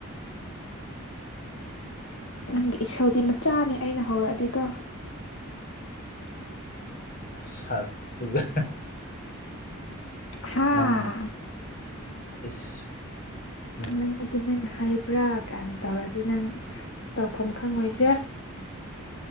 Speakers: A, on the left; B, on the left.
A: ꯅꯪꯒꯤ ꯏꯁꯧꯗꯤ ꯃꯆꯥꯅꯦ ꯑꯩꯅ ꯍꯧꯔꯛꯑꯗꯤꯀꯣ
B: ꯁꯛꯇꯨꯒ
A: ꯍꯥ
B: ꯅꯪ <inaudible>
A: ꯅꯪ ꯑꯗꯨꯃꯥꯏꯅ ꯍꯥꯏꯕ꯭ꯔꯥ ꯀꯥꯏꯅ ꯇꯧꯔꯛꯑꯗꯤ ꯅꯪ ꯇꯧꯐꯝ ꯈꯪꯉꯣꯏꯁꯦ